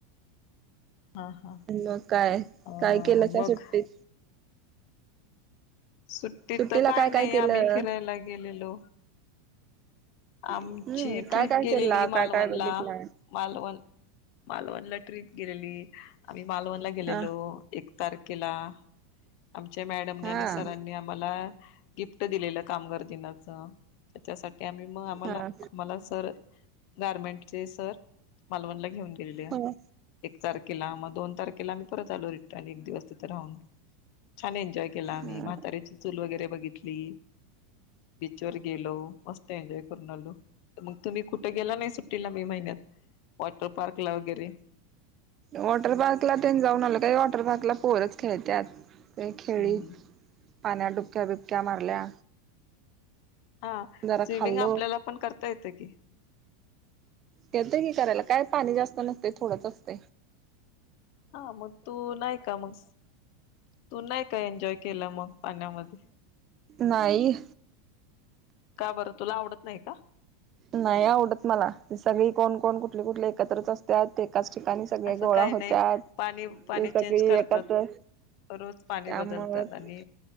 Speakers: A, on the left (about 60°); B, on the right (about 35°).
A: हा हा
B: मग काय
A: अ
B: काय केलं त्या
A: मग
B: सुट्टीत
A: सुट्टी
B: सुट्टीला
A: तर काही
B: काय काय
A: नाही
B: केलं
A: आम्ही फिरायला गेलेलो आमची
B: हम्म काय
A: ट्रिप
B: काय
A: गेलेली
B: केला
A: मालवणला
B: काय काय बघितलाय
A: मालवण मालवणला ट्रिप गेलेली आम्ही मालवणला गेलेलो
B: हा
A: एक तारखेला आमच्या मॅडमनी
B: हा
A: आणि सरांनी आम्हाला गिफ्ट दिले कामगार दिनाच्या र्त्या आम्ही मग आम्हाला
B: हा
A: आम्हाला सर गारमेंट चे सर मालवणला घेऊन ग
B: हो
A: एक तारखेला मग दोन तारखेला आम्ही परत आलो रिटर्न एक दिवस तिथे राहून छान एन्जॉय केला आम्ही
B: हा
A: म्हातार्याची चूल वगैरे बघितली बीच वर गेलो मस्त एन्जॉय करून आलो मग तुम्ही कुठे गेला नाही सुट्टीला मे महिन्यात वॉटर पार्कला वगैरे
B: वॉटर पार्कला ते जाऊन आल का वॉटर पार्क आपला पोरच खेळतात ते खेळीत
A: हम्म हम्म
B: पाण्यात डुबक्या बिबक्या मारल्या
A: हा
B: जरा
A: स्विमिंग
B: खाल्लो
A: आपल्याला पण करता येतं की
B: येत की करायला काय पाणी जास्त नसते थोडंच असत
A: हा मग तू नाही का मग तू नाही का एन्जॉय केलं मग पाण्यामध्ये
B: नाही
A: काय बरं तुला आवडत नाही का
B: नाही आवडत मला सगळी कोण कोण कुठले कुठले एकत्रच असतात एकाच ठिकाणी सगळे
A: असं
B: गोळा
A: काही
B: होत्याात
A: नाही पाणी पाणी
B: ते सगळी
A: चेंज करतात.
B: एकत्र
A: रोज पाणी
B: त्यामुळं
A: बदलतात आणि